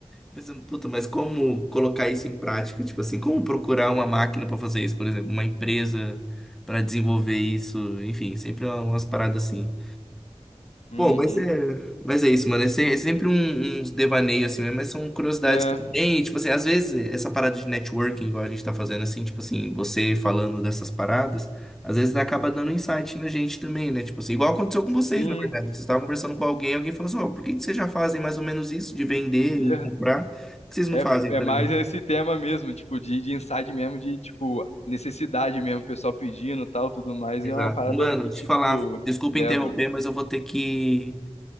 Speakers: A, in the centre; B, on the left (about 80°).
A: Pensando, puta, mas como colocar isso em prática? Tipo assim, como procurar uma máquina para fazer isso, por exemplo, uma empresa para desenvolver isso, enfim, sempre é umas paradas assim.
B: Uhum.
A: Bom, mas é, mas é isso, mano. É, se- é sempre um- uns devaneios assim mesmo, mas são curiosidades
B: É,
A: que tem. Tipo assim, às vezes essa parada de networking, igual a gente tá fazendo assim, tipo assim, você falando dessas paradas, às vezes acaba dando insight na gente também, né? Tipo assim, igual aconteceu com
B: sim,
A: vocês, na verdade. Vocês estavam conversando com alguém, alguém falou assim: Ó, por que que vocês já fazem mais ou menos isso de vender
B: ver...
A: e comprar? Por que Vocês não
B: é,
A: fazem
B: é
A: também.
B: mais esse tema mesmo, tipo, de, de insight mesmo, de, tipo, necessidade mesmo, o pessoal pedindo e tal, tudo mais,
A: Exato.
B: e é uma parada
A: Mano,
B: que,
A: deixa
B: tipo,
A: eu te falar, desculpa
B: te leva.
A: interromper, mas eu vou ter que